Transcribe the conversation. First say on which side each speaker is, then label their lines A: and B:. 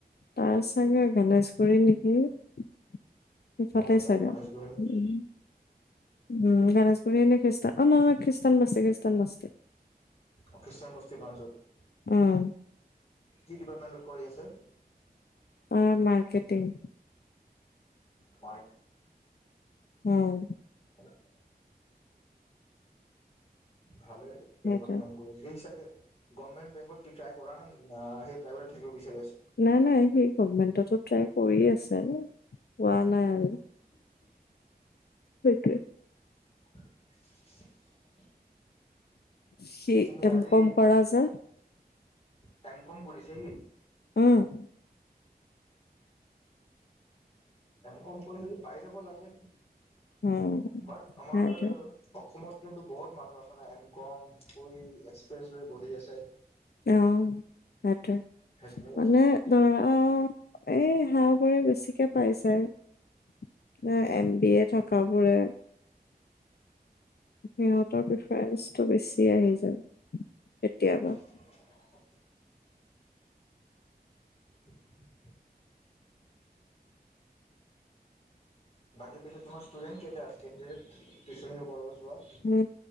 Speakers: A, on the left; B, on the left.
A: তাৰ চাগে গণেশগুৰি নেকি। সেইফালে
B: অ তাই
A: চাগে
B: গণেশগুৰি
A: উম',
B: নেকি
A: উম'। উম, গণেশগুৰিয়েনে খিষ্টা অ' নহয় খিষ্টানবস্তি-খ্ৰিষ্টানবস্তি।
B: অহ, খ্ৰীষ্টান বস্তি ব্ৰাঞ্চত।
A: উম।
B: কি ডিপাৰ্টমেন্টত কৰি আছে?
A: অহ, মাৰ্কেটিং।
B: মই
A: উম।
B: <unintelligible> ভালে বেংকত
A: সেইটোৱে
B: কাম কৰি আছে। সি চাগে গভমেণ্ট বেংকত কি ট্ৰাই কৰা নাই নেকি নাই সি প্ৰাইভেটত থাকিব বিচাৰি আছে।
A: নাই নাই সি গভমেণ্টতো ট্ৰাই কৰি আছে, পোৱা নাই আৰু।
B: হয়
A: সেইটোৱে
B: হয়
A: সি
B: সেহতি
A: এম
B: আজি
A: কম কৰা যে
B: টাইম কম কৰিছেহি
A: উম
B: কম কৰি যদি পাই যাব লাগে
A: উম
B: বাট আমাৰ
A: সেইটোৱে
B: অসমত কিন্তু বহুত মানুহ আছে ন ইন কাম কৰি এক্সপিৰিয়েঞ্চ লৈ বহি আছে
A: অ সেইটোয়ে
B: সেই তেনেকুৱা কথা
A: মানে দৰা এই হাঁহ বোৰে বেছিকে পাই যায় ন এম বি এ থকা বোৰে সিহঁতৰ প্ৰিফাৰেঞ্চটো বেছি আহি যায় কেতিয়াবা
B: হয় উম বাকী পিছত তোমাৰ ষ্টুডেণ্ট কেইটা আছে কেনডিডেট টিউচন যোৱা
A: উম